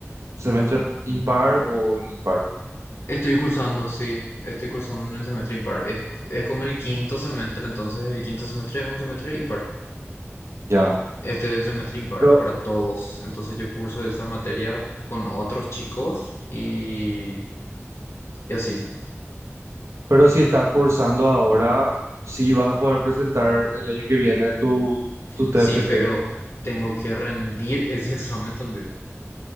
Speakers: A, on the right (about 75°); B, on the left (about 65°).
A: semestre impar o en el par.
B: estoy cursando, sí, estoy cursando en el semestre impar. Es, es como el quinto semestre, entonces el quinto semestre es un semestre impar.
A: Ya.
B: Este es el semestre impar
A: Pero,
B: para todos. Entonces yo curso esa materia con otros chicos y, y así.
A: pero si estás cursando ahora, sí vas a poder presentar el año que viene tu, tu TFG
B: Sí, pero tengo que rendir ese <laughs> examen también.